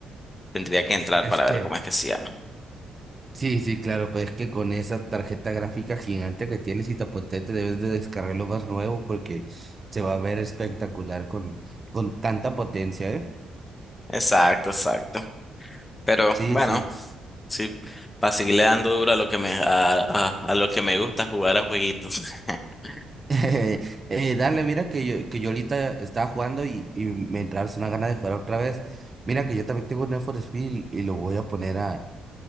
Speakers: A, on the left; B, on the right.
A: tendría que entrar
B: Es
A: para
B: que,
A: ver cómo es que se llama.
B: Sí, sí, claro, pues es que con esa tarjeta gráfica gigante que tienes y tan potente debes de descargar lo más nuevo porque se va a ver espectacular con, con tanta potencia, ¿eh?
A: Exacto, exacto. Pero
B: Sí,
A: bueno.
B: sí.
A: Sí, para seguirle dando duro a lo que me, a, a, a lo que me gusta jugar a jueguitos. <laughs>
B: <laughs> Eh, dale, mira que yo, que yo ahorita estaba jugando y, y me entraron una gana de jugar otra vez. Mira que yo también tengo un Need for Speed y lo voy a poner a,